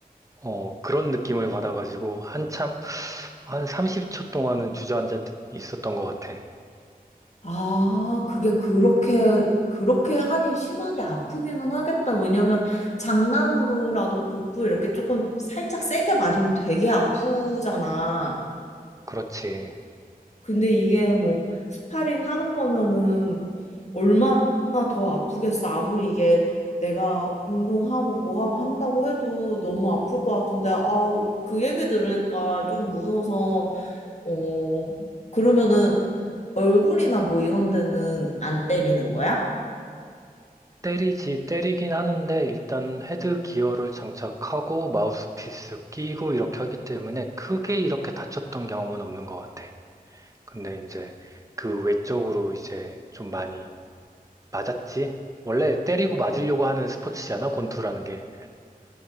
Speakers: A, on the right (about 20°); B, on the left (about 45°).
A: 어, 그런 느낌을 받아가지고 한참 한 30초 동안은 주저앉아 있었던 것 같아.
B: 아, 그게 그렇게, 그렇게 하긴 심하게 아프기는 하겠다. 왜냐면 장난으로라도 복부 이렇게 조금 살짝 세게 맞으면 되게 아프잖아.
A: 그렇지.
B: 근데 이게 뭐 스파링 하는 거면은 얼마나 더 아프겠어. 아무리 이게 내가 운동하고 뭐하고 한다고 해도 너무 아플 것 같은데, 아, 그 얘기 들으니까 좀 무서워서 어, 그러면은 얼굴이나 뭐 이런 데는 안 때리는 거야?
A: 때리지, 때리긴 하는데, 일단 헤드 기어를 장착하고, 마우스피스 끼고, 이렇게 하기 때문에, 크게 이렇게 다쳤던 경험은 없는 것 같아. 근데 이제, 그 외적으로 이제 좀 많이 맞았지? 원래 때리고 맞으려고 하는 스포츠잖아, 권투라는 게.